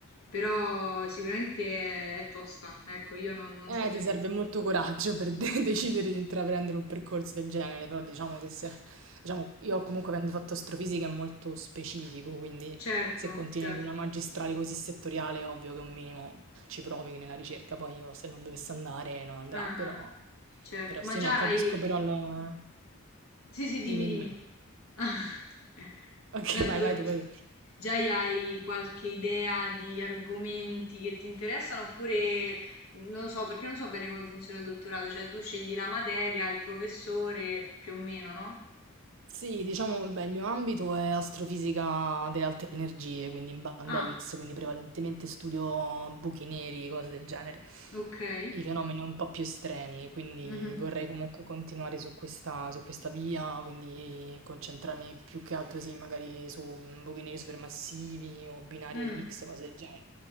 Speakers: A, on the left; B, on the right.
A: però sicuramente è, è tosta. Ecco, io non, non
B: Eh,
A: so se...
B: ti serve molto coraggio per de- <laughs> decidere di intraprendere un percorso del genere, però diciamo che se, diciamo, io comunque avendo fatto astrofisica è molto specifico, quindi
A: Certo,
B: se continui
A: certo.
B: con una magistrale così settoriale è ovvio che un minimo ci provi nella ricerca, poi io se non dovesse andare non andrà,
A: Ah,
B: però,
A: ah, certo.
B: però
A: Ma
B: sì,
A: già
B: no, capisco
A: hai...
B: però la...
A: Sì, sì, dimmi,
B: Dimmi,
A: dimmi.
B: dimmi.
A: <laughs>
B: Ok,
A: No, dico,
B: vai, vai tu, vai tu.
A: già hai qualche idea di argomenti che ti interessano oppure mhmm, non lo so, perché non so bene come funziona il dottorato, cioè tu scegli la materia, il professore, più o meno, no?
B: Sì, diciamo, beh, il mio ambito è astrofisica delle alte energie, quindi in banda
A: Ah,
B: X, quindi prevalentemente studio buchi neri, cose del genere,
A: ok.
B: i fenomeni un po' più estremi, quindi
A: Mhm.
B: vorrei comunque continuare su questa, su questa via, quindi concentrarmi più che altro, sì, magari su buchi neri supermassivi o binarie
A: Mm.
B: X, cose del genere.